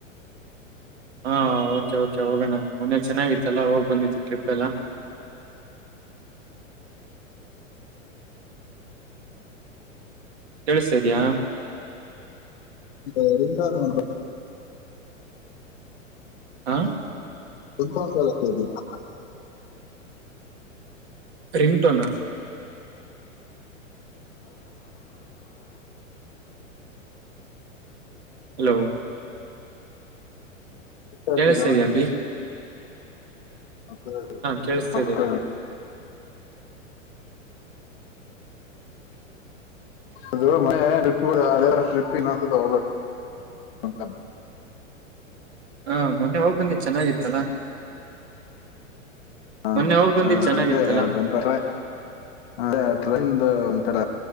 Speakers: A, on the right; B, on the left.
A: ಹಾ ಓಕೆ ಓಕೆ ಹೋಗೋಣ ಮೊನ್ನೆ ಚೆನ್ನಾಗಿತ್ತಲ್ಲ ಹೋಗ್ ಬಂದಿತ್ತು ಟ್ರಿಪ್ ಎಲ್ಲ ಕೇಳುಸ್ತಾ ಇದಿಯಾ
B: ಬೇರೆಂದಾ ನ
A: ಆ
B: ತುಪ ಒ್ದರಾ
A: ರಿಂಗ್ ಟೊನಾ ಹಲೋ
B: ಅಷ್ಟೇ
A: ಕೇಳಿಸ್ತ
B: ಸಿಗೋಣ
A: ಇದೆಯಾ ಅಬ್ಬಿ
B: ಹತ್ತ
A: ಕೇಳಿಸ್ತಾ
B: ಮತ್ತ
A: ಇದೆ ಇವಾಗ.
B: ಅದು ಅದೇ ಟ್ರಿಪ್ ಇನ್ನೊಂದು ಸತ್ತ
A: ಹಾ ಮೊನ್ನೆ ಹೋಗ್ಬಂದಿ ಚೆನ್ನಾಗಿತ್ತಲ್ಲಾ ಮೊನ್ನೆ
B: ಹ
A: ಹೋಗ್ ಬಂದಿದ್ ಚೆನ್ನಾಗಿತ್ತಲ್ಲಾ
B: ಅದೇ ಅ ಅದೇ ಟ್ರೈನ್ದು ತರ